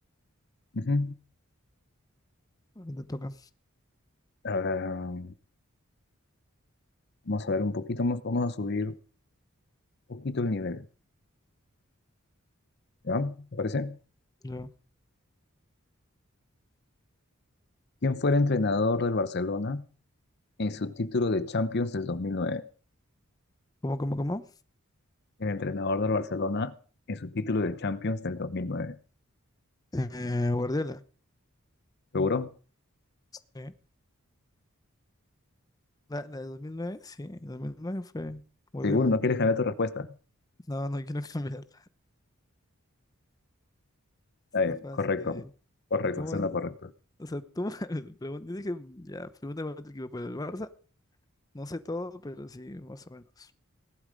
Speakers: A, on the left; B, on the left.
A: Ujú.
B: Ahora te toca.
A: Ah, vamos a ver un poquito, vamos, vamos a subir un poquito el nivel. ¿Ya? ¿Te parece?
B: Yo.
A: ¿Quién fue el entrenador del Barcelona en su título de Champions del 2009.
B: ¿Cómo, cómo, cómo?
A: El entrenador del Barcelona en su título de Champions del 2009.
B: Eh, Guardiola.
A: ¿Seguro?
B: Sí. La, la de 2009 sí, 2009 fue Guardiola.
A: Seguro, no quieres cambiar tu respuesta.
B: No, no quiero <laughs> cambiarla.
A: Está
B: Está
A: bien,
B: fácil.
A: correcto.
B: eh.
A: Correcto,
B: ¿Cómo?
A: es lo
B: se-
A: correcto.
B: O sea, tú me <laughs> pregun- yo dije, ya, pregúntame otro equipo, pero el Barça, no sé todo, pero sí, más o menos.